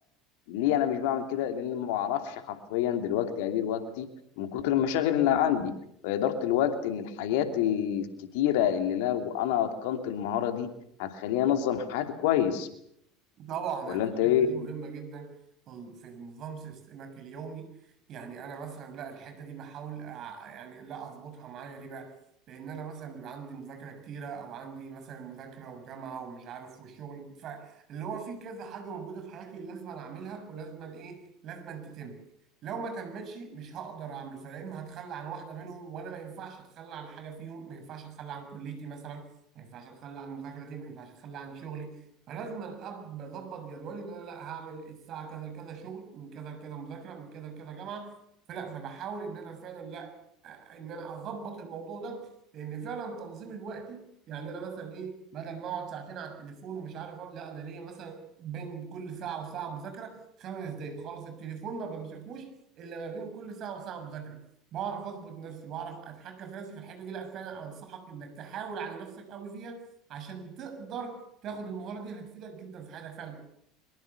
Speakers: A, on the left (about 65°); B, on the right (about 45°).
A: ليه انا مش بعمل كده لان ما بعرفش حرفيا دلوقتي ادير وقتي من كتر المشاغل اللي عندي فاداره الوقت ان الحاجات الكتيره اللي لو انا اتقنت المهاره دي هتخليني انظم حياتي كويس
B: طبعا
A: ولا
B: يعني
A: انت
B: الحته
A: ايه
B: دي مهمه جدا في في نظام سيستمك اليومي يعني انا مثلا لا الحته دي بحاول أع- يعني لا اظبطها معايا ليه بقى لان انا مثلا بيبقى عندي مذاكره كتيره او عندي مثلا مذاكره وجامعه ومش عارف وشغل فاللي هو في كذا حاجه موجوده في حياتي لازم أنا اعملها ولازم أنا ايه لازم أن تتم لو ما تمتش مش هقدر اعمل فلا اما هتخلى عن واحده منهم وانا ما ينفعش اتخلى عن حاجه فيهم ما ينفعش اتخلى عن كليتي مثلا ما ينفعش اتخلى عن مذاكرتي ما ينفعش اتخلى عن شغلي فلازم اب اظبط جدولي ان انا لا هعمل الساعه كذا لكذا شغل من كذا لكذا مذاكره من كذا لكذا جامعه فلا فبحاول ان انا فعلا لا ان انا اظبط الموضوع ده لان فعلا تنظيم الوقت يعني انا مثلا ايه بدل ما اقعد ساعتين على التليفون ومش عارف أعمل، لا انا ليا مثلا بين كل ساعه وساعه مذاكره خمس دقائق خلاص التليفون ما بمسكوش الا ما بين كل ساعه وساعه مذاكره بعرف اظبط نفسي بعرف اتحكم في نفسي في الحته دي لا فعلا انصحك انك تحاول على نفسك قوي فيها عشان تقدر تاخد المهاره دي هتفيدك جدا في حياتك فعلا